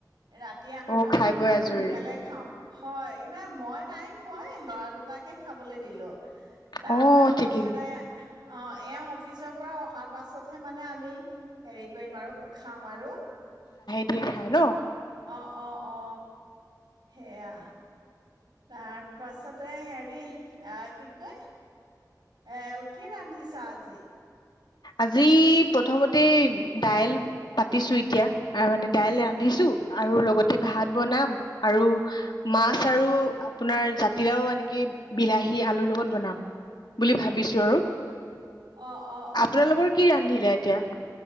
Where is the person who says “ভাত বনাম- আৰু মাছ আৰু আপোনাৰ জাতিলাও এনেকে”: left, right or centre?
Left